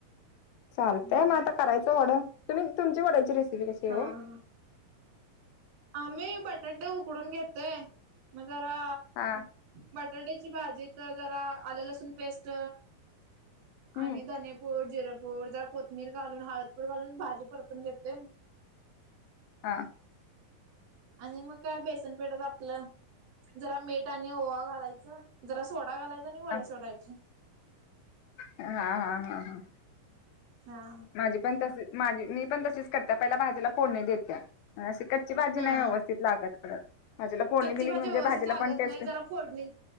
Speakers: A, on the left; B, on the right.
A: चालतय
B: हम्म
A: मग आता करायचं वडे तुम्ही तुमची वड्या चि रेसिपी कशी हो.
B: हा आम्ही बटाटे उकडून घेतोय मग जरा
A: हा
B: बटाट्याची भाजी तर जरा आलं लसूण पेस्ट
A: हम्म
B: आणि धनेपूर जिराेपूर जरा कोथमीीर घालून हळदपूर घालून भाजी परतून घेते.
A: हा
B: आणि मग काय बेसनपीठात आपलं जरा मीठ आणि ओवा घालायचं. जरा सोडा घालायचा आणि वडे
A: हा
B: सोडायची.
A: हा हा हा हा.
B: हा.
A: माझी पण तसे माझी मी पण तशीच करत पहिला भाजीला फोडणी देत्या. अशी कच्ची भाजी
B: हा
A: नाही व्यवस्थित लागत परत. माझ्याला फोनने
B: कच्ची
A: दिली
B: भाजी
A: की म्हणजे
B: व्यवस्थित
A: भाजीला
B: लागत
A: पण टेस्ट.
B: नाही जरा फोडणी